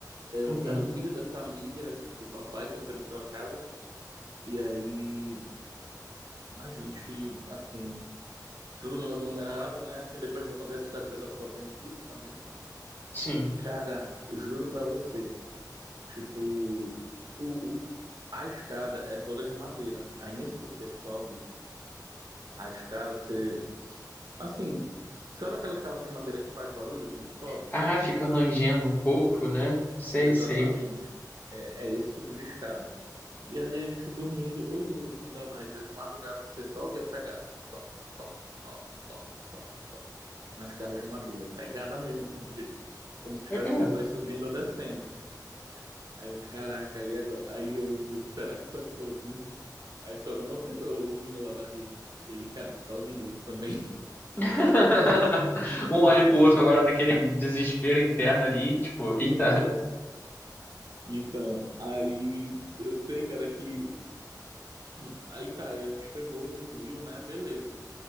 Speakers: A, on the right; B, on the left.
A: Eu
B: Uhum,
A: era o filho dessa amiga do papai que ofereceu a casa. E aí a gente, assim, todo mundo aglomerado, né? Assim, depois que eu contei essa história, o pessoal ficou apreensivo também.
B: sim.
A: Cara, eu juro pra você, tipo, o, o- a escada é toda de madeira. Aí nisso que você sobe, a escada, você, assim, sabe aquela escada de madeira que faz barulho quando sobe?
B: Ah, fica rangendo um pouco, né? Sei,
A: Exatamente.
B: sei.
A: É, é esse tipo de escada. E ali a gente dormindo, eu juro, assim, da- aí de madrugada você só ouvia pegada, assim, top top top top top nas escadas de madeira. Pegada mesmo, assim, de jeito. Como se tivesse
B: É, é.
A: pessoas subindo ou descendo. Aí eu, caraca, aí agora? Aí eu, será que só que tô ouvindo? Aí só vem uma pessoa, o menino lá da rede. E cara, tu tá ouvindo isso também?
B: <laughs> Um olha
A: <laughs>
B: pro outro agora naquele desespero interno ali, tipo, eita.
A: Então, então, aí eu sei, cara, que. hum, Aí tá, aí a gente pegou, dormiu, né? Beleza.